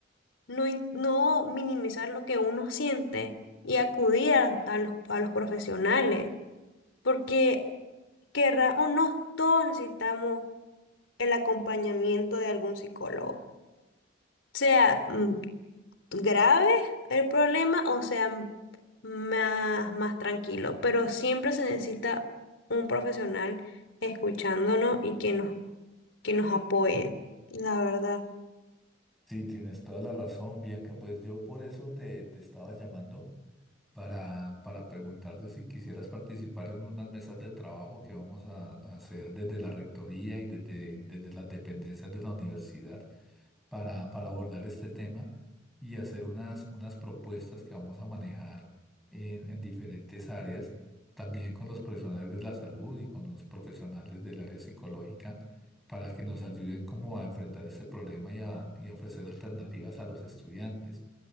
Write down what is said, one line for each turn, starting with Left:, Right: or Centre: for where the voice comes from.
Left: no, in- no minimizar lo que uno siente y acudir a, a los, a los profesionales. Porque querrá o no, todos necesitamos el acompañamiento de algún psicólogo. Sea mm, grave el problema o sea m- más, más tranquilo, pero siempre se necesita un profesional escuchándonos y que nos, que nos apoye, la verdad.
Centre: Sí, tienes toda la razón, Bianca. Pues yo por eso te, te estaba llamando, para, para preguntarte si quisieras participar en unas mesas de trabajo que vamos a, a hacer desde la rectoría y desde, desde las dependencias de la universidad para, para abordar este tema y hacer unas, unas propuestas que vamos a manejar en, en diferentes áreas, también con los profesionales de la salud y con los profesionales del área psicológica, para que nos ayuden como a enfrentar este problema y a, y a ofrecer alternativas a los estudiantes.